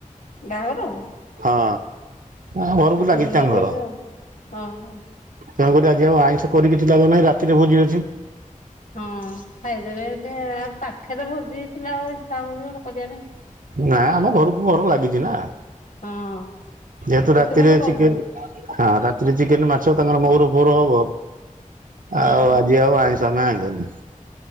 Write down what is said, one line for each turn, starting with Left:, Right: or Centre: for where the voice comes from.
Left: ବାଘର ଆଉ
Right: ହଁ ଆମ ଘରକୁ ଲାଗିଛି
Left: ଧୁମଧାମ
Right: ତାଙ୍କ ଘର
Left: ହେଇଥିବ ଆଉ ଅହ
Right: ତେଣୁକରି ଆଜି ଆଉ ଆଇଁଷ କରି କିଛି ଲାଭନାହିଁ ରାତିରେ ଭୋଜି ଅଛି।
Left: ହଁ ଖାଇଦେବେ ଆ ପାଖେରେ ଭୋଜି ହେଇଥିଲା ଆଉ ଇଛା ହବକି ଗୋଟେ କରିବା ପାଇଁ
Right: ନାଇଁ ଆମ ଘରକୁ ଘର ଲାଗିଛି ନା।
Left: ହଁ।
Right: ଯେହେତୁ
Left: ସେଥିପାଇଁ
Right: ରାତିରେ
Left: ତ କହିଲି
Right: ଚିକେ ହଁ ରାତିରେ ଚିକେନ ମାଛ ତାଙ୍କର ମହୁର ଫର ହବ
Left: ହଁ
Right: ଆଉ
Left: ହଁ
Right: ଆଜି ଆଉ ଆଇଁଷ ଆମେ ଆଇଁଲୁନି।